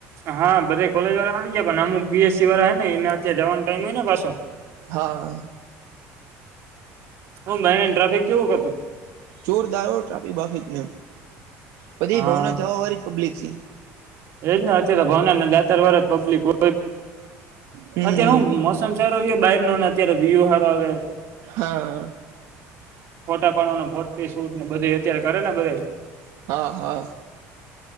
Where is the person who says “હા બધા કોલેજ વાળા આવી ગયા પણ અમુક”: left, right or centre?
Right